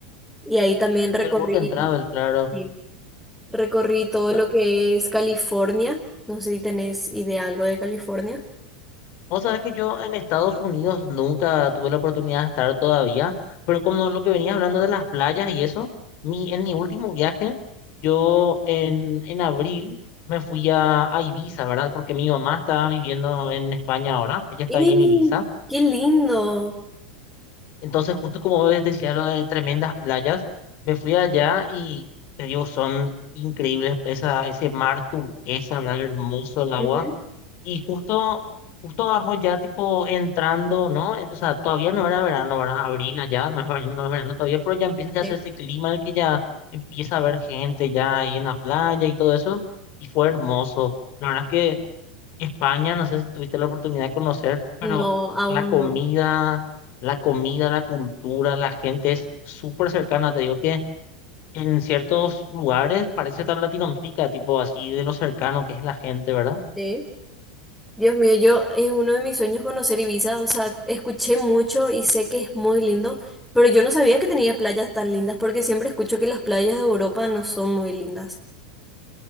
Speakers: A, in the centre; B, on the left (about 50°).
A: y ahí también recorrí,
B: el Work and Travel, claro.
A: sí, recorrí todo
B: Ta-
A: lo que es California. No sé si tenés idea algo de California.
B: Vos sabés que yo en Estados Unidos nunca tuve la oportunidad de estar todavía, pero como lo que venías hablando de las playas y eso, mi, en mi último viaje, yo en, en abril me fui a, a Ibiza, ¿verdad? Porque mi mamá estaba viviendo en España ahora, ella está
A: ¡Y
B: ahí en Ibiza.
A: qué lindo!
B: Entonces, justo como vos decías lo de tremendas playas, me fui allá y te digo, son increíbles esa, ese mar turquesa, ¿verdad? Hermoso el agua.
A: Ujú.
B: Y justo, justo agarró ya tipo entrando, ¿no? En- O sea, todavía no era verano, ¿verdad? Abril allá, no es verano, no es verano todavía, pero ya empieza ya
A: Sí.
B: a hacer ese clima en el que ya empieza a haber gente ya ahí en la playa y todo eso. Y fue hermoso. La verdad que España, no sé si tuviste la oportunidad de conocer, pero
A: No, aún
B: la comida,
A: no.
B: la comida, la cultura, la gente es súper cercana. Te digo que en ciertos lugares parece estar Latinoamérica, tipo así de lo cercano que es la gente, ¿verdad?
A: Sí. Dios mío, yo es uno de mis sueños conocer Ibiza, o sea, escuché mucho y sé que es muy lindo, pero yo no sabía que tenía playas tan lindas porque siempre escucho que las playas de Europa no son muy lindas.